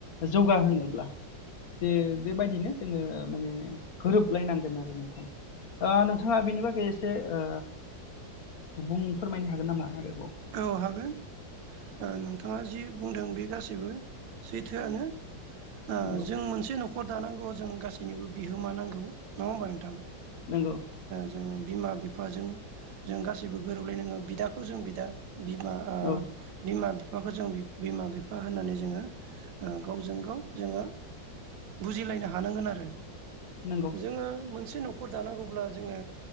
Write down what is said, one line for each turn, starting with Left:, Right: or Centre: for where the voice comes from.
Left: जौगाहोनोब्ला बे बेबायदिनो जोङो माने गोरोबलायनांगोन आरो नोंथां ओ नोंथाङा बेनि बागै एसे ओ बुं फोरमायनो हागोन नामा आरो?
Right: औ हागोन ओ नोंथाङा जि बुंदों बे गासैबो सैथोआनो। ओ
Left: नंगौ
Right: जों मोनसे न'खर दानांगौ जों गास सिनिबो बिहोमा नांगौ। नङा होमबा? नोंथां
Left: नंगौ
Right: जों बिमा बिफाजों जों गासैबो गोरोबलायनाङो बिदाखौ जों बिदा बिमा ओ
Left: औ
Right: बिमा-बि फाखौ जों बिमा-बिफा होननानै जोङो गावजों ओ गाव जोङो बुजिलायनो हानांगोन आरो।
Left: नंगौ
Right: जोङो मोनसे न'खर दानांगौब्ला जोङो